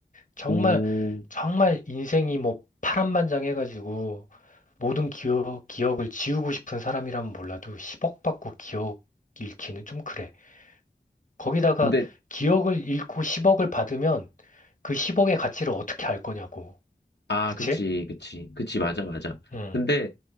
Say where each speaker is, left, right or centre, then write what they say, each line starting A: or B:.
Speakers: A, on the left; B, on the left.
A: 정말
B: 오,
A: 정말 인생이 뭐 파란만장해가지고 모든 기억 기억을 지우고 싶은 사람이라면 몰라도 10억 받고 기억 잃기는 좀 그래. 거기다가
B: 근데
A: 기억을 잃고 10억을 받으면 그 10억의 가치를 어떻게 알 거냐고.
B: 아,
A: 그치?
B: 그치, 그치, 그치, 맞아, 맞아.
A: 응,
B: 근데,